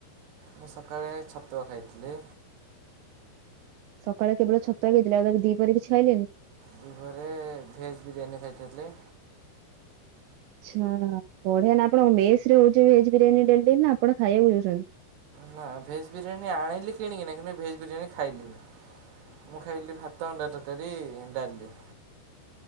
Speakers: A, on the right; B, on the right.
A: ମୁଁ ସକାଳେ ଛତୁଆ ଖାଇଥିଲି।
B: ସକାଳେ କେବଳ ଛତୁଆ ଖାଇଥିଲେ, ଆଉ ତାପ ଦିପହରେ କିଛି ଖାଇଲେନି?
A: ଦିପହରେ ଭେଜ ବିରିୟାନୀ ଖାଇଥେଲି।
B: ଛା-ଆ ବଢିଆନା! ଆପଣ ମେସ୍ ରେ ହଉଛି ଭେଜ୍ ବିରିୟାନୀ ଡେଲ୍ ଡେଲ୍ ନା ଆପଣ ଖାଇବାକୁ ଯାଉଛନ୍ତି?
A: ନା, ଭେଜ୍ ବିରିୟାନୀ ଆଣିଲି କିଣିକିନା। କିନ୍ତୁ ଭେଜ୍ ବିରିୟାନୀ ଖାଇଲିନି। ମୁଁ ଖାଇଲି ଭାତ, ଅଣ୍ଡାଟରକାରି, ଡାଲି।